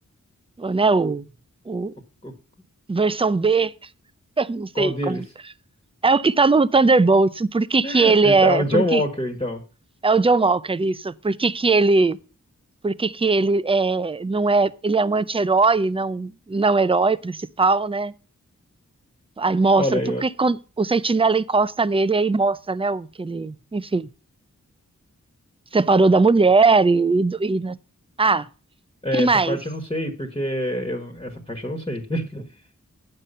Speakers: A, on the right (about 15°); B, on the left (about 15°).
A: ou, né? O, o
B: O- o-
A: versão B, <laughs> eu não sei
B: qual deles?
A: como é o que tá no Thunderbolts. Por que
B: <laughs>
A: que ele
B: Então,
A: é?
B: é o John
A: Por que
B: Walker, então.
A: é o John Walker isso? Por que que ele? Por que que ele é, não é? Ele é um anti-herói, e não não herói principal, né? Aí mostra,
B: Olha,
A: porque
B: eu-
A: quando o sentinela encosta nele, aí mostra, né, o que ele, enfim, separou da mulher e, e, do- e na- ah,
B: é,
A: que mais?
B: essa parte eu não sei, porque eu não- essa parte eu não sei. <laughs>